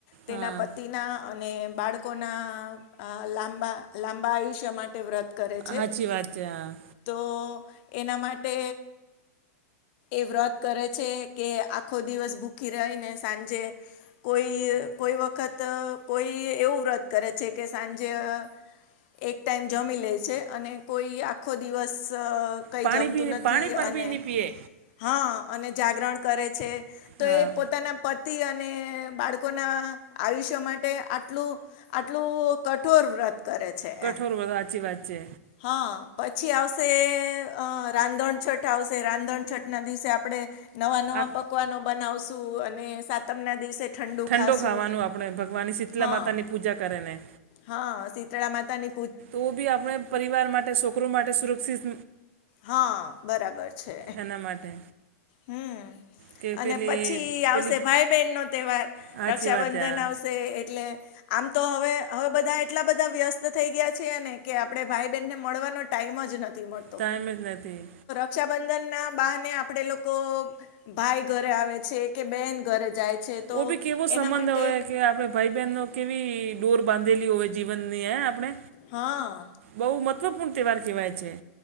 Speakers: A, on the left; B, on the right.
A: તેના
B: હા
A: પતિના અને બાળકોના અ લાંબા લાંબા આયુષ્ય માટે વ્રત કરે છે
B: હાચી વાત છે હા
A: તો એના માટે એ વ્રત કરે છે કે આખો દિવસ ભૂખી રહીને સાંજે કોઈ કોઈ વખત કોઈ એવું વ્રત કરે છે કે સાંજે અ એક ટાઈમ જમી લે છે અને કોઈ આખો દિવસ અ કંઈ
B: પાણી
A: જમતું
B: પી
A: નથી
B: પાણી પણ
A: અને
B: પી નહીં પીએ
A: હા અને જાગરણ કરે છે તો
B: હા
A: એ પોતાના પ તી અને બાળકોના આયુષ્ય માટે આટલું આટલું કઠોર વ્રત કરે છે.
B: કઠોર
A: એમ
B: વ્રત હાચી વાત છે.
A: હા પછી આવશે અ રાંધણછઠ આવશે રાંધણછઠના દિવસે આપડે નવા નવા
B: આ
A: પકવાનો બનાવશું અને સાતમ ના દિવસે ઠંડુ
B: ઠંડો
A: ખાશું
B: ખાવાનું આપણે ભગવાન શીતલા
A: હા
B: માતાની પૂજા કરે ને
A: હા શીતળા માતા ની
B: હું બી આપણે પરિવાર માટે છોકરો માટે સુરક્ષિત
A: હા બરાબર છે
B: એના માટે
A: હમ્મ.
B: કે
A: અને
B: પેલી
A: પછી આવશે
B: પેલી
A: ભાઈ બહેન નો તહેવાર
B: સાચી
A: રક્ષાબંધન
B: વાત છે હા
A: આવશે એટલે આમ તો હવે હવે બધા એટલા બધા વ્યસ્ત થઈ ગયા છેને કે આપડે ભાઈ ને મળવાનો ટાઈમ જ નથી હોતો
B: ટાઈમ જ નથી.
A: રક્ષાબંધન ના બહાને આપડે લોકો ભાઈ ઘરે આવે છે કે બેન ઘરે જાય છે તો
B: ઓ બી કેવો
A: એના
B: સંબંધ
A: માટે
B: હોય કે આપણે ભાઈ બહેન નો કેવી ડોર બાંધેલી હોવે જીવનની હે આપણે
A: હા.
B: બહુ મહત્વપૂર્ણ તહેવાર કહેવાય છે.